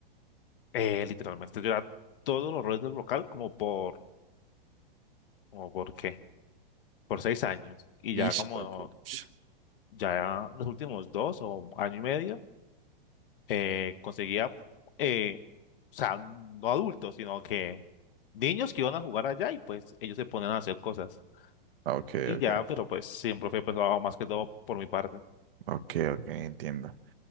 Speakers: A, on the left; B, on the right.
A: Eh, literalmente, yo era todos los roles del local como por, como por qué. por seis años y ya
B: Ish,
A: como
B: huepuch.
A: ya los últimos dos o año y medio eh, conseguía, eh, o sea, no adultos, sino que niños que iban a jugar allá y pues ellos se ponían a hacer cosas.
B: Ok,
A: Y
B: ok,
A: ya, pero pues siempre fue pesado más que todo por mi parte.
B: ok, ok, entiendo.